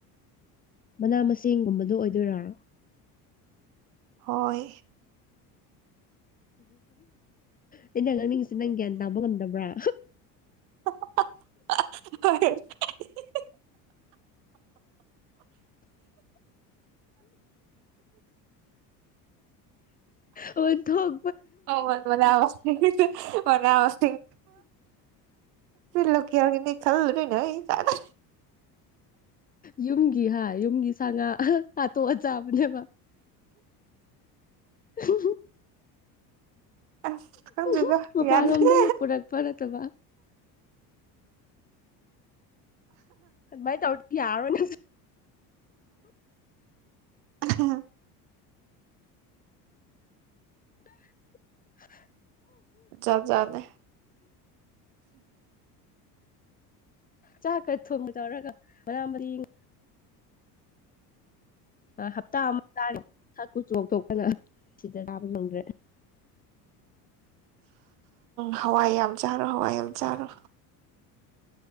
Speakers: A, on the left (about 20°); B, on the right (about 75°).
A: ꯃꯅꯥ ꯃꯁꯤꯡꯒꯨꯝꯕꯗꯣ ꯑꯣꯏꯗꯣꯏꯔꯔꯣ
B: ꯍꯣꯏ
A: ꯑꯩꯅ ꯉꯥꯡꯅꯤꯡꯁꯤ ꯅꯪ ꯒ꯭ꯌꯥꯟ ꯇꯥꯕ ꯉꯝꯗꯕ꯭ꯔꯥ
B: ꯍ
A: ꯑꯣ ꯊ
B: ꯍ ꯃꯅꯦꯁ ꯃꯅꯦꯁ ꯂ ꯌꯥꯔꯒꯤꯅꯤ ꯈꯜꯅ ꯀꯗ
A: ꯌꯨꯝꯒꯤ ꯍꯥꯏ ꯌꯨꯝꯒꯤ ꯁꯥ ꯉꯥ ꯍꯥꯠꯇꯣꯛꯑ ꯆꯥꯕꯅꯦꯕ ꯎ
B: ꯑꯁ ꯈꯪꯗ꯭ꯔꯤꯗ
A: ꯎ ꯃꯄꯥꯟꯂꯣꯝꯗꯒꯤ
B: ꯌꯥꯗ꯭ꯔꯦ
A: ꯄꯨꯔꯛꯄ ꯅꯠꯇꯕ ꯑꯗꯨ ꯃꯥꯏ ꯇꯧ ꯌꯥꯔꯣꯅꯦ
B: ꯑ
A: <unintelligible>
B: ꯆꯠ ꯆꯗꯦ
A: ꯆꯥꯛꯀ ꯊꯣꯡꯕ ꯇꯧꯔꯒ ꯃꯅꯥ ꯃꯁꯤꯡ ꯃꯁꯤꯡ ꯍꯞꯇꯥ ꯑꯃ ꯇꯥ ꯁꯛꯀꯨ ꯆꯊꯣꯛꯄꯅ ꯁꯤꯗ ꯇꯥꯕ ꯆꯪꯗ꯭ꯔꯦ
B: ꯍꯋꯥꯏ ꯌꯥꯝ ꯆꯥꯔꯣ ꯍꯋꯥꯏ ꯌꯥꯝ ꯆꯥꯔꯣ